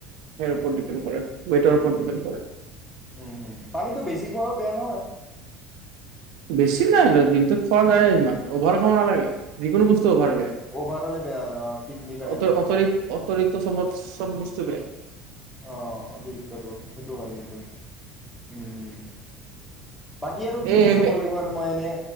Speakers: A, on the right; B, in the centre.
A: <unintelligible> ৱেইটৰ ওপৰত
B: হম',
A: ডিপেণ্ড কৰে
B: উম', হম', পানীতটো বেছি খোৱাও বেয়া নহয়?
A: বেছি নাই দিনটোত খোৱা যায়ে ইমান অভাৰ খাব নালাগে। যিকোনো বস্তু অভাৰ বাবে
B: অভাৰ হ'লে বেয়া হয় কিডনীৰ কাৰণে
A: অ'
B: বেয়া হয়
A: অতৰি
B: ন।
A: অতৰিক্ত চবত চব বস্তুৰে।
B: অ', অতিৰিক্তটো সেইটো হয় কিন্তু উম। বাকী আৰু কি-কি,
A: এই
B: খাব লাগিব আৰু মই এনে?